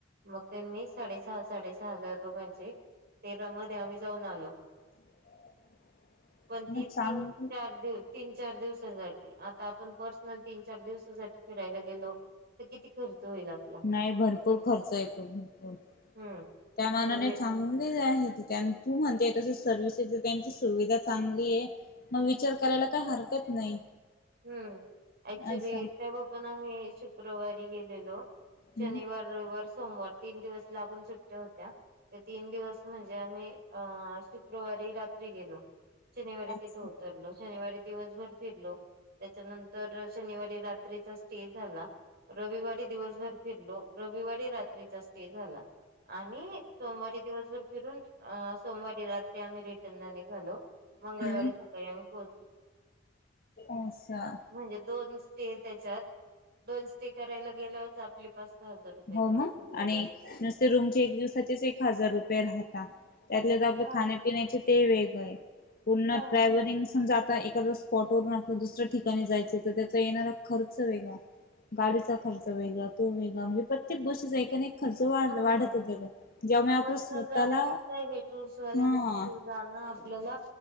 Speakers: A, on the right; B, on the left.
A: मग त्यांनी साडेसहा साडेसहा हजार दोघांचे तेरा मध्ये आम्ही जाऊन आलो.
B: <inaudible>
A: कोणती?
B: मग चांगली
A: <unintelligible> तीन चार दिवसासाठी आता आपण पर्सनल तीन चार दिवसासाठी फिरायला गेलो. तर किती खर्च होईल. आपला
B: नाही भरपूर खर्च येतो, भरपूर.
A: हम्म
B: त्या मानाने
A: म्हणजे
B: चांगलीज आहे ती त्यानं. तू म्हणतेय तसं सर्विसेस त्यांची सुविधा चांगलीय. मग विचार करायला काही हरकत नाही.
A: हम्म ऍक्च्युली
B: असं
A: तेव्हा पण आम्ही शुक्रवारी गेलेलो.
B: हम्म
A: शनिवार रविवार, सोमवार. तीन दिवस लागून सुट्ट्या होत्या. ते तीन दिवस म्हणजे आम्ही अ -शुक्रवारी रात्री गेलो. शनिवारी
B: अच्छा
A: तिथ उतरलो. शनिवारी दिवसभर फिरलो. त्याच्यानंतर शनिवारी रात्रीचा स्टे झाला. रविवारी दिवसभर फिरलो. रविवारी रात्रीचा स्टे झाला. आणि सोमवारी दिवसभर फिरून अ -सोमवारी रात्री आम्ही रिटर्नला निघालो. मंगळवारी
B: हम्म
A: सकाळी आम्ही पोहचलो.
B: असं.
A: म्हणजे दोन स्टे त्याच्यात, दोन स्टे करायला गेल्या हो आपली पाच सहा हजार रुपये
B: हो
A: तर
B: मग
A: तिथच गेले
B: आणि
A: असते.
B: नुसते रूमचे एक दिवसाचेच एक हजार रुपये राहता. त्यात आपल
A: हा
B: खान्या पिण्याचे ते वेगळे. पूर्ण
A: हा.
B: ट्रॅव्हलिंग समजा आता एखादा स्पॉटवरून आपल्या दुसऱ्या ठिकाणी जायच तर त्याचा येणारा खर्च वेगळा. गाडीचा खर्च वेगळा तो वेगळा, म्हणजे प्रत्येक गोष्टीचा एक ना एक खर्च वा
A: हा
B: वाढतच
A: पर्सनल
B: जातो. ज्यामुळे आपलं स्वतःला
A: जाण्यापेक्षा, हे टूर्स वाल्यां
B: हा
A: जाणं आपल्याला